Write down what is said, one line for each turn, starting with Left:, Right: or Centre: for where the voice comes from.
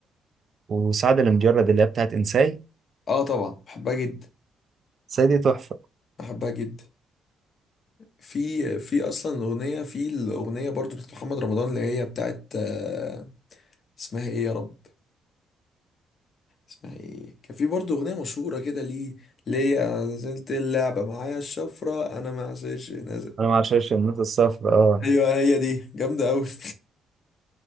Right: وسعد المجرد اللي هي بتاعت انساي
Left: اه طبعا بحبها جدا
Right: انساي دي تحفه
Left: بحبها جدا في في أصلا أغنية في الأغنية برضو بتاعت محمد رمضان اللي هي بتاعت آه، اسمها إيه يا رب اسمها إيه كان في برضو أغنية مشهورة كده ليه ليا نزلت اللعبة معايا الشفرة أنا ما عسيرش نازل
Right: انا ما عشانش النوت الصفر اه
Left: أيوه هي دي جامدة أوي <laughs>